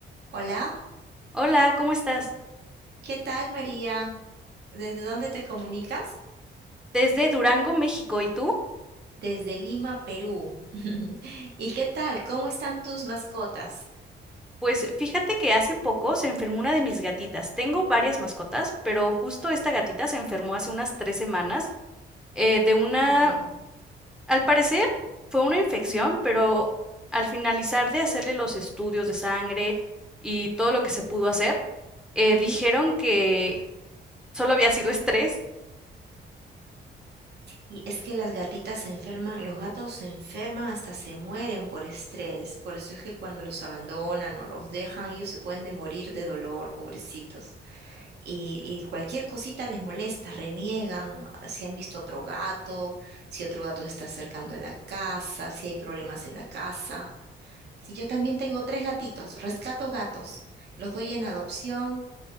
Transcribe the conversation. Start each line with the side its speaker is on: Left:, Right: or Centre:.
Right: Hola,
Centre: Hola, ¿cómo estás?
Right: ¿qué tal María? ¿Desde dónde te comunicas?
Centre: Desde Durango, México. ¿Y tú?
Right: Desde Lima, Perú. <laughs> ¿Y qué tal? ¿Cómo están tus mascotas?
Centre: Pues fíjate que hace poco se enfermó una de mis gatitas. Tengo varias mascotas, pero justo esta gatita se enfermó hace unas tres semanas eh, de una,
Right: Oh,
Centre: al parecer fue una infección,
Right: ujú,
Centre: pero al finalizar de hacerle los estudios de sangre y todo lo que se pudo hacer, eh,
Right: ujú.
Centre: dijeron que solo había sido estrés
Right: Y es que las gatitas se enferman, los gatos se enferman hasta se mueren por estrés. Por eso es que cuando los abandonan o los dejan, ellos se pueden de morir de dolor, pobrecitos. Y, y cualquier cosita les molesta, reniegan si han visto otro gato, si otro gato se está acercando a la casa, si hay problemas en la casa. Si yo también tengo tres gatitos, rescato gatos, los doy en adopción,